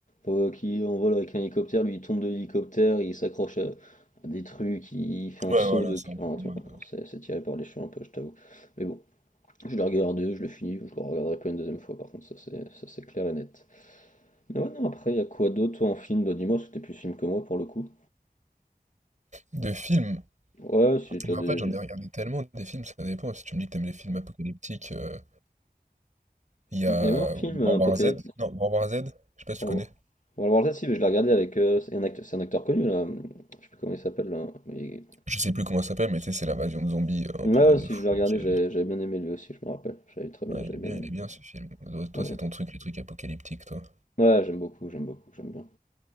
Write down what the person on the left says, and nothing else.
euh, qui en vole avec un hélicoptère, lui il tombe de l'hélicoptère, il s'accroche à, à des trucs, il fait un
saut
de.
Ah,
tu
vois,
c'est c'est tiré par les cheveux un peu, je t'avoue. Mais bon, je l'ai regardé, je l'ai fini, je le regarderai pas une deuxième fois, par contre, ça c'est ça, c'est clair et net. Mais ouais, non, après, il y a quoi d'autre toi, en film? Bah, dis-moi, parce que t'es plus film que moi pour le coup.
Ouais, si t'as
des.
Il
y avait un film, euh,
Apocalypse.
On
va voir on va voir ça si, mais je l'ai regardé avec. euh, c'est un acteur, c'est un acteur connu là, je sais plus comment il s'appelle là. Il,
Ouais,
ouais,
si
je le regardais,
j'avais j'avais bien aimé lui aussi, je me rappelle. J'avais très bien,
j'avais
bien aimé.
Ouais, non,
il était-
ouais, j'aime beaucoup, j'aime beaucoup, j'aime bien.